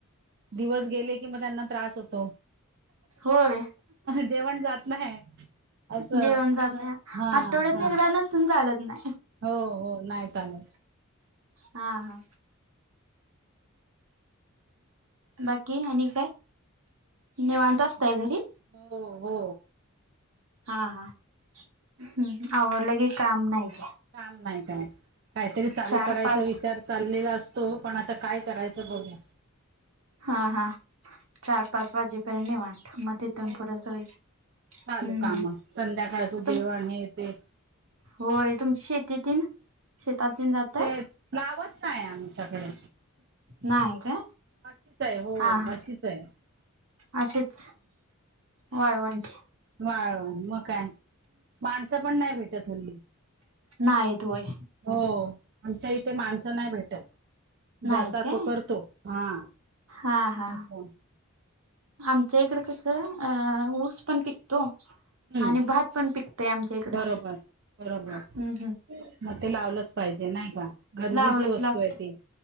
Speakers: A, on the right; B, on the right.
A: दिवस गेले कि म त्यांना त्रास होतो.
B: होय.
A: जेवण जात नाही असं
B: जेवण जात नाही
A: हा
B: आठवड्यात
A: हा
B: एकदा नसून चालत नाही.
A: हो हो नाही चालत.
B: हा हा. बाकी आणि काय निवांत
A: काय
B: असतय घरी.
A: हो हो.
B: हा हा हम आवरलं की काम नाहीय काय.
A: काम नाही काय काहीतरी चालू
B: चार
A: करायचा
B: पाच
A: विचार चाललेला असो तो पण आता काय करायचं बघया.
B: हा हा चार पाच वाजे प निवांथ म. तिथून
A: हो
B: पुढ
A: हो
B: सगळे
A: चालू
B: हूं
A: काम
B: हूं!
A: संध्याकाळचं जेवण हे ते
B: होय तुमची शेतीतीनं शेतातुन जातांय.
A: ते लावत नाहीय आमच्याकडे.
B: नाही काय?
A: अशीच आहे हो
B: हा हा
A: अशीच आहे.
B: अशीच वाळवंटी.
A: वाळ म काय माणसं पण नाही भेटत हल्ली.
B: नाही येतो होय.
A: हो आमच्या इथे माणसं नाही भेटत, ज्याचा
B: नाहीत काय
A: तो करतो. हा
B: हा हा
A: असं.
B: आमच्या इकड कसं अ ऊस पण पिकतो.
A: हूं
B: आणि भात पण पिकतोय आमच्या इकडं.
A: बरोबर बरोबर
B: हम्म
A: म ते लावलंच पाहि जे नाही का. गरजेची
B: लावलच
A: वस्तू
B: लागत
A: आहे ती.